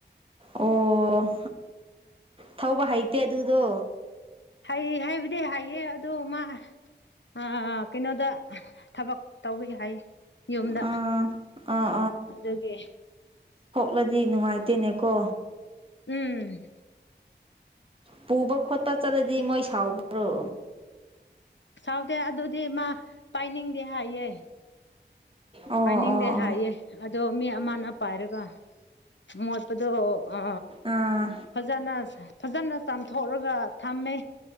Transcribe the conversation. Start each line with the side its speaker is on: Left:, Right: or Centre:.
Right: ꯑꯣ ꯊꯧꯕ ꯍꯩꯇꯦ ꯑꯗꯨꯗꯣ
Left: ꯍꯩ ꯍꯩꯕꯗꯤ ꯍꯩꯌꯦ ꯑꯗꯣ ꯃꯥ ꯑ ꯀꯩꯅꯣꯗ ꯊꯕꯛ ꯇꯧꯋꯦ ꯍꯥꯏꯌꯦ ꯌꯨꯝꯗ
Right: ꯑꯥ ꯑꯥ
Left: ꯑꯗꯨꯒꯤ
Right: ꯂꯗꯤ ꯅꯨꯡꯉꯥꯏꯇꯦꯅꯦꯀꯣ
Left: ꯎꯝ
Right: ꯄꯨꯕ ꯈꯣꯠꯄ ꯆꯠꯂꯗꯤ ꯃꯣꯏ ꯁꯥꯎꯕ꯭ꯔꯣ
Left: ꯁꯥꯎꯗꯦ ꯑꯗꯨꯗꯤ ꯃꯥ ꯄꯥꯏꯅꯤꯡꯗꯦ ꯍꯥꯏꯌꯦ
Right: ꯑꯣ
Left: ꯄꯥꯏꯅꯤꯡꯗꯦ
Right: ꯑꯣ ꯑꯣ
Left: ꯍꯥꯏꯌꯦ ꯑꯗꯣ ꯃꯤ ꯑꯃꯅ ꯄꯥꯏꯔꯒ ꯃꯣꯠꯄꯗꯣ ꯑ
Right: ꯑꯥ
Left: ꯐꯖꯅ ꯐꯖꯅ ꯆꯥꯝꯊꯣꯛꯔꯒ ꯊꯝꯃꯦ